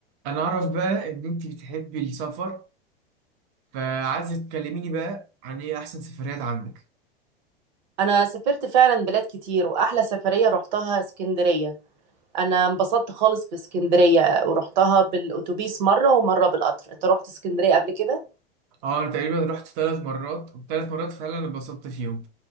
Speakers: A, on the right (about 25°); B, on the right (about 50°).
A: انا اعرف بقى ان انت بتحبي السفر فعايزه تكلميني بقى عن ايه احسن سفريات عندك
B: انا سافرت فعلا بلاد كتير واحلى سفرية رحتها اسكندرية انا انبسطت خالص في اسكندرية ورحتها بالاتوبيس مرة ومرة بالقطر انت رحت اسكندرية قبل كده
A: اه انا تقريبا رحت ثلاث مرات والثلاث مرات فعلا اتبسطت فيهم